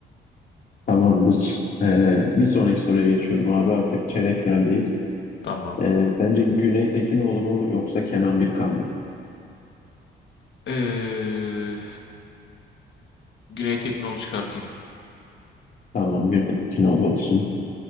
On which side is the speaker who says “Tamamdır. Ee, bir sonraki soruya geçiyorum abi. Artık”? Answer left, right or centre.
Left